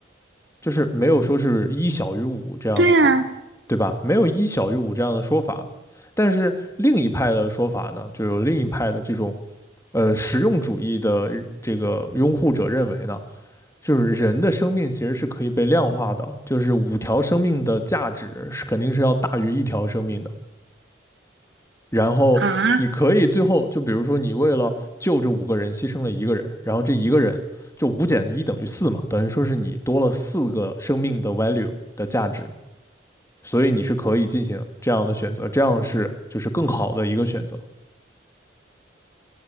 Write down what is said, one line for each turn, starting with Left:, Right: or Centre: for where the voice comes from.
Left: 就是没有说是一小于五这样子，
Right: 对呀，
Left: 对吧？没有一小于五这样的说法。但是另一派的说法呢，就有另一派的这种呃实用主义的这个拥护者认为呢。就是人的生命其实是可以被量化的，就是五条生命的价值是肯定是要大于一条生命的。然后你可以最后就比如说你为了救这五个人牺牲了一个人，
Right: 啊，
Left: 然后这一个人就五减一等于四嘛，等于说是你多了四个生命的 value 的价值，所以你是可以进行这样的选择，这样是就是更好的一个选择。